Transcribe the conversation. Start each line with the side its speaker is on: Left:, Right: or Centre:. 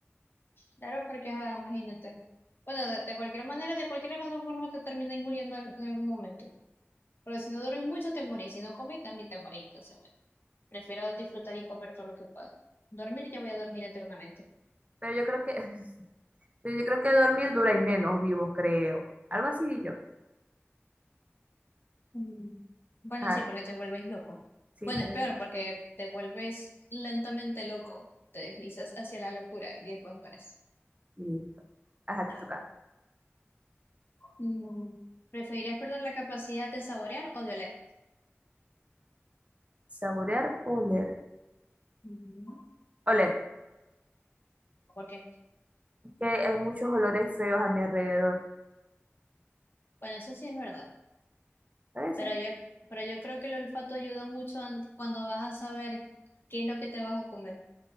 Left: Claro, porque ah, imagínate. Bueno, de, de cualquier manera, de cualquiera de las dos formas te termináis muriendo al- en algún momento. Porque si no duermes mucho, te morís. Si no comís, también te morís. Entonces, bueno, prefiero disfrutar y comer todo lo que pueda. Dormir, ya voy a dormir eternamente.
Right: Pero yo creo que, <laughs> pero yo creo que dormir dura y menos vivo, creo. Algo así yo.
Left: Mm. Bueno,
Right: Ajá,
Left: sí, porque te vuelves loco.
Right: sí,
Left: Bueno,
Right: por
Left: es
Right: eso.
Left: peor, porque te vuelves lentamente loco. Te deslizas hacia la locura y después mueres.
Right: Y listo. Ajá, te
Left: Ah.
Right: toca.
Left: Mm. ¿Preferirías perder la capacidad de saborear o de oler?
Right: Saborear o oler.
Left: Ujú.
Right: Oler,
Left: ¿Por qué?
Right: que hay muchos olores feos a mi alrededor.
Left: Bueno, eso sí es verdad.
Right: ¿Por eso?
Left: Pero yo, pero yo creo que el olfato ayuda mucho an- cuando vas a saber qué es lo que te vas a comer.